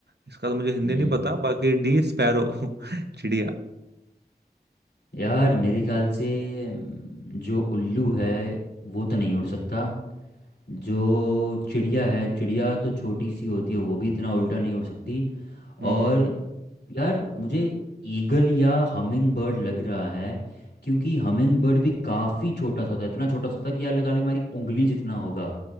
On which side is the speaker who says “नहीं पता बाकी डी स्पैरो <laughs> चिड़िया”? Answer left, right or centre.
Right